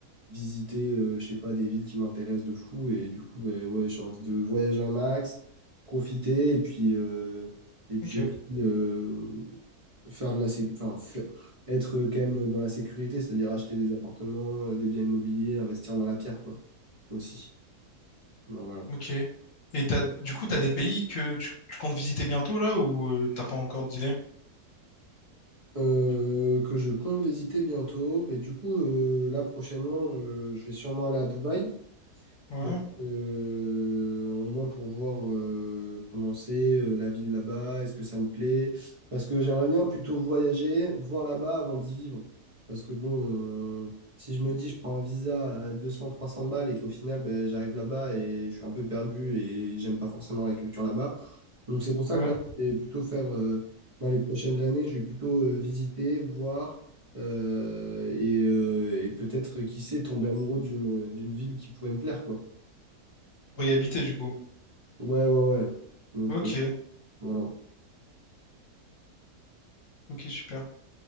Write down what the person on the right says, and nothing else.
visité, euh, je sais pas, des villes qui m'intéressent de fou et du coup, ben, ouais, j'ai envie de voyager un max profiter et puis, euh, et puis
aussi euh, faire de la sé- enfin, fa- être quand même dans la sécurité, c'est-à-dire acheter des appartements, euh, des biens immobiliers, investir dans la pierre, quoi, aussi. Donc, voilà.
Euh, que je compte visiter bientôt. Mais du coup, euh, là prochainement, je, je vais sûrement aller à Dubaï.
Donc, euh, au moins pour voir euh, comment c'est, euh, la ville là-bas, est-ce que ça me plaît? Parce que j'aimerais bien plutôt voyager, voir là-bas avant d'y vivre. Parce que bon, euh, si je me dis je prends un visa à 200-300 balles et qu'au final ben, j'arrive là-bas et je suis un peu perdu et j'aime pas forcément la culture là-bas. Donc c'est pour ça
que là, je vais plutôt faire, euh, dans les prochaines années, je vais plutôt euh, visiter, voir, euh, et, euh, et peut-être, qui sait, tomber amoureux d'une d'une ville qui pourrait me plaire, quoi.
Ouais, ouais, ouais. Donc,
euh, voilà.